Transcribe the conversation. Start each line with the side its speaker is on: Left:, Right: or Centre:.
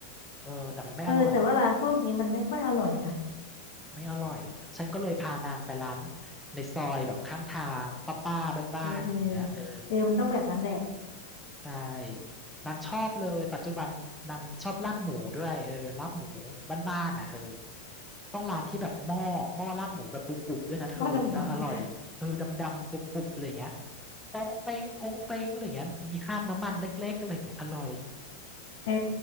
Centre: เออแต่มันไม่อร่อย
Left: เออแต่ว่าร้านพวกนี้มันไม่ค่อยอร่อยนะ
Centre: ไม่อร่อยฉันก็เลยพานางไปร้านในซอยแบบข้างทางป้าๆบ้านๆอะไรอย่างเงี้ยเออ
Left: เออเออเออมันต้องแบบนั้นแหละ
Centre: ใช่นางชอบเลยปัจจุบันนางชอบลาบหมูด้วยเออลาบหมูบ้านๆน่ะเธอ ต้องร้านที่แบบหม้อหม้อลาบหมูแบบบุบๆด้วยนะเธอมันจะอร่อยเออดำๆบุบๆอะไรอย่างเงี้ย
Left: หม้อดำๆ
Centre: ปองเป้งปองเป้งอะไรอย่างเงี้ยมีคราบน้ำมันเล็กๆอะไรอย่างเงี้ยอร่อย
Left: <laughs> เออ